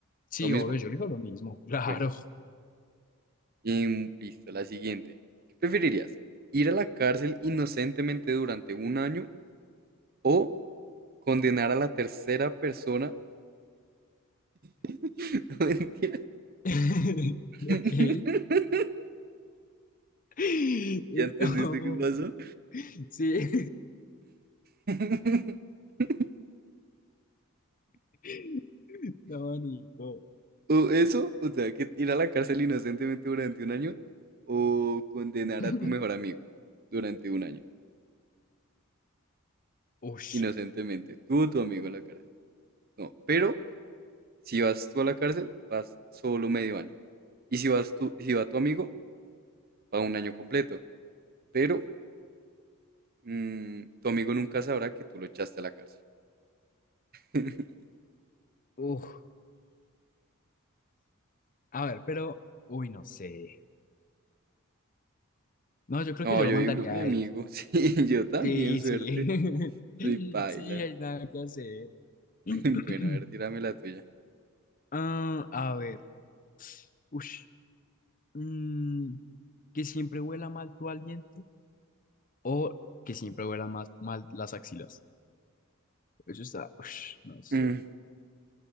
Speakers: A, on the left; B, on the right.
A: Sí,
B: lo mismo.
A: obvio, yo le digo lo mismo. Claro.
B: Bueno, y mm, listo, la siguiente. ¿Qué preferirías? ¿Ir a la cárcel inocentemente durante un año o condenar a la tercera persona? <laughs> No, mentira.
A: <laughs>
B: <laughs>
A: Ok. Uy,
B: ¿Ya entendiste
A: no.
B: qué pasó?
A: Sí.
B: <laughs>
A: <laughs> No, Nico.
B: O eso, o sea, que ir a la cárcel inocentemente durante un año o condenar
A: <laughs>
B: a tu mejor amigo durante un año,
A: Ush.
B: inocentemente, tú o tu amigo a la cárcel. No, pero si vas tú a la cárcel, vas solo medio año. Y si vas tú, si va tu amigo, va un año completo. Pero mm, tu amigo nunca sabrá que tú lo echaste a la cárcel. <laughs>
A: Uf. A ver, pero. Uy, no sé. No, yo creo
B: No,
A: que yo
B: yo
A: lo mandaría
B: digo, mi amigo,
A: a él.
B: <laughs> sí, yo también,
A: Sí,
B: suerte.
A: sí. <laughs>
B: Soy paila.
A: Sí, hay nada que hacer. <clears throat>
B: <laughs> Bueno, a ver, tírame la tuya.
A: Ah, a ver. Ush. mm, que siempre huela mal tu aliento o que siempre huela más mal las axilas. Eso está, ush, no sé.
B: Mm,